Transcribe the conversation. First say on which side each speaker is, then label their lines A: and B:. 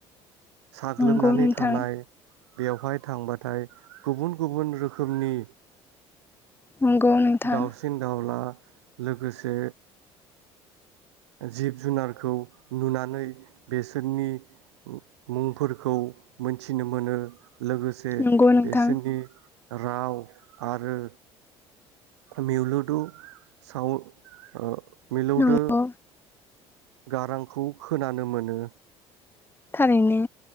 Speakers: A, on the right; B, on the left.
A: साग्लोबनानै
B: नंगौ नोंथां
A: थानाय। बेवहाय थांबाथाय गुबुन गुबुन रोखोमनि।
B: नंगौ नोंथां।
A: दाउसिन दाउला लोगोसे जिब जुनारखौ नुनानै बेसोरनि मु मुंफोरखौ मोनथिनो मोनो। लोगोसे
B: नंगौ नोंथां
A: बेसोरनि राव आरो। मिउलुदु साउ ओ मिलौदो।
B: नंगौ
A: गारांखौ खोनानो मोनो।
B: थारैनो।